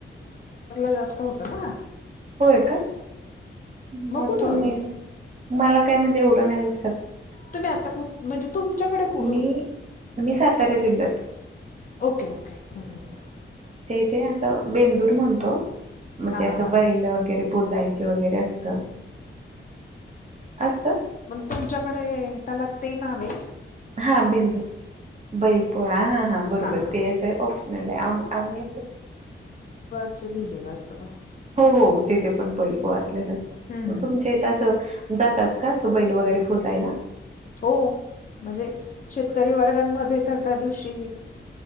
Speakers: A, on the left; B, on the right.
A: <inaudible> जास्त होत ना
B: होय का मग
A: कुठे
B: तुम्ही
A: होतो
B: मला काय म्हणजे एवढं नाही लक्षात
A: तुम्ही आता कुठ म्हणजे तुमच्याकडे कु
B: मी मी सातारा जिल्ह्यात
A: ओके ओके हम् हम् ह्
B: ते असं बेंदूर म्हणतो मग
A: हां
B: ते असं
A: हां हां
B: बैल वगैरे पोचायचे वगैरे असत. असत
A: मग तुमच्याकडे त्याला ते नावे
B: हा बिंदू बैलपोळा हा हा बरोबर
A: हां हां
B: ते असं ऑप्शनल आहे आम्ही आपलं
A: असं लिहिलेलं असत बघ.
B: हो हो तिथे पण पैल असलेलं
A: हं, हं.
B: तुमच्या इथ असं जातात. का स बैल वगैरे पोचायला <inaudible>
A: हो म्हणजे शेतकरी वर्गांमध्ये तर त्या दिवशी